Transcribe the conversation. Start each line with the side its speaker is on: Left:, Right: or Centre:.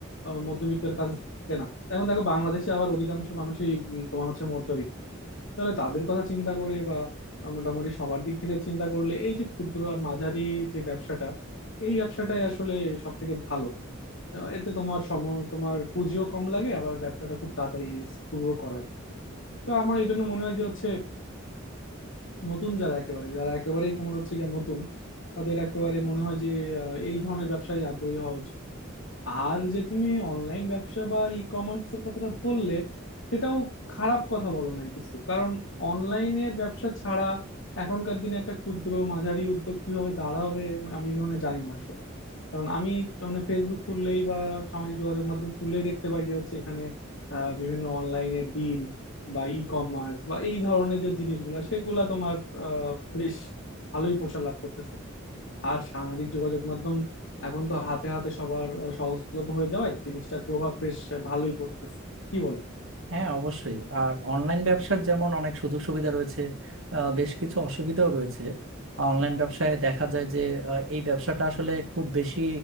Left: আহ, মধ্যবিত্তের কাছে থাকে না এখন দেখো বাংলাদেশে আবার অধিকাংশ মানুষই উম, তোমার হচ্ছে মধ্যবিত্ত তাহলে তাদের কথা চিন্তা করে বা মোটামুটি সবার দিক থেকে চিন্তা করলে এই যে ক্ষুদ্র আর মাঝারি যে ব্যবসাটা এই ব্যবসাটাই আসলে সব থেকে ভালো আহ, এতে তোমার সম তোমার পুঁজিও কম লাগে আবার ব্যবসাটা খুব তাড়াতাড়ি শুরু করা যায় তো আমার এই জন্য মনে হয় যে হচ্ছে নতুন যারা একেবারে যারা একেবারেই তোমার হচ্ছে গিয়ে নতুন তাদের একেবারে মনে হয় যে আহ, এই ধরনের ব্যবসায় আগ্রহী হওয়া উচিত আর যে তুমি অনলাইন ব্যবসা বা ই কমার্স এর কথাটা বললে সেটাও খারাপ কথা বলো নাই কিছু কারণ অনলাইনের ব্যবসা ছাড়া এখনকার দিনে একটা ক্ষুদ্র মাঝারি উদ্যোগ কিভাবে দাঁড়াবে আমি মানে জানি না আসলে কারণ আমি মানে ফেসবুক খুললেই বা সামাজিক যোগাযোগ মাধ্যম খুললেই দেখতে পাই যে হচ্ছে এখানে আহ, বিভিন্ন অনলাইনে ডিল বা ই কমার্স বা এই ধরনের যে জিনিসগুলা সেগুলা তোমার আহ, বেশ ভালোই প্রসার লাভ করতেছে আর সামাজিক যোগাযোগ মাধ্যম এখন তো হাতে হাতে সবার আহ, সহজলভ্য হয়ে যাওয়ায় জিনিসটার প্রভাব বেশ ভালোই পড়তেছে কি বলো
Right: হ্যাঁ অবশ্যই আর অনলাইন ব্যবসার যেমন অনেক সুযোগ সুবিধা রয়েছে আহ, বেশ কিছু অসুবিধাও রয়েছে অনলাইন ব্যবসায় দেখা যায় যে আহ, এই ব্যবসাটা আসলে খুব বেশি